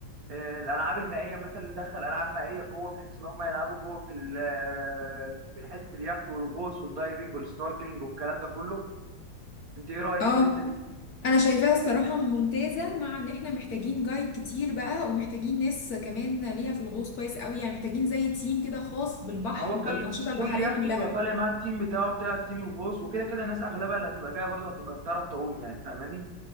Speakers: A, on the right; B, on the left.
A: آه، الالعاب المائيه مثلا ندخل العاب مائيه جوه بحيث ان هم يلعبوا جوه في ال- آه، في حته اليخت والغوص والدايفنج والسنوركلينج والكلام ده كله انت ايه رايك
B: اه
A: في الحته دي؟
B: انا شايفاها الصراحة ممتازة مع ان احنا محتاجين جايد كتير بقى ومحتاجين ناس كمان ليها في الغوص كويس قوي يعني محتاجين زي تيم كده خاص بالبحر
A: ما هو كل
B: وبالأنشطة البحرية
A: كل يخت
B: كلها
A: بيبقى طالع مع التيم بتاعه بتاع التيم الغوص وكده كده الناس اغلبها اللي هتبقى جايه برضه هتبقى بتعرف تعوم يعني فاهماني؟